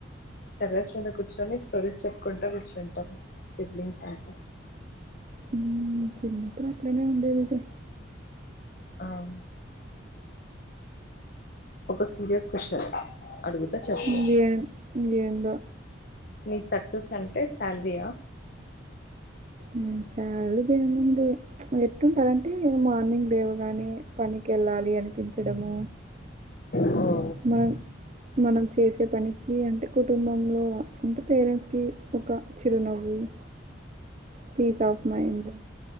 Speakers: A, on the left; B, on the right.
A: టెర్రస్ మీద కూర్చొని స్టడీస్ చెప్పుకుంట కూర్చుంటాం సిబ్లింగ్స్ అంత
B: ఉమ్ చిన్నప్పుడు అట్లనే ఉండేదే
A: అవున్ ఒక సీరియస్ క్వశ్చన్ అడుగుతా చెప్పు
B: ఇంకేం ఇంకేందో
A: నీకు సక్సెస్ అంటే శాలరీయా
B: ఉమ్ శాలరీది ఏం ఉంది ఎటు టే మార్నింగ్ లేవగానే పనికి వెళ్ళాలి అనిపించడము
A: ఓ
B: బా మనం చేసే పనికి అంటే కుటుంబంలో అంటే పేరెంట్స్ కి ఒక చిరునవ్వు ఉ పీస్ ఆఫ్ మైండ్